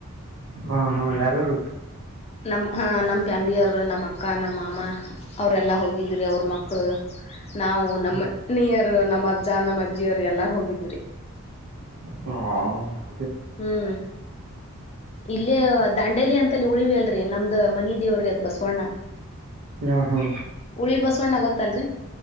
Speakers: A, on the right; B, on the left.
A: ಹಾ ಹಾ ಯಾರಾರು
B: ನಮ್ ಹ ನಮ್ ಫ್ಯಾಮಿಲಿಿಯ ಅವರು ನಮ್ಮ್ ಅಕ್ಕ ನಮ್ಮ ಮಾಮಾ ಅವ್ರೆಲ್ಲಾ ಹೋಗಿದ್ರಿ ಅವ್ರ ಮಕ್ಳು ನಾವು ನಮ್ಮನಿಯರು
A: ಹಾ
B: ನಮ್ಮ ಅಜ್ಜ ನಮ್ಮ ಅಜ್ಜಿಯರು ಎಲ್ಲಾರು ಹೋಗಿದ್್ರಿ
A: ಹಾ
B: ಹ್ಮ್ ಇಲ್ಲೇ ದಾಂಡೇಲಿ ಅಂತಲ್ಲಿ ಉಳಿವಿ ಅಲ್ರರಿ ನಮ್ದ ಮನಿ ದೇವರು ಅದ್ ಬಸವಣ್ಣ
A: ಹಾ ಹಾ
B: ಹುಳಿ ಬಸವಣ್ಣ ಗೊತ್ತಲ್ರಿ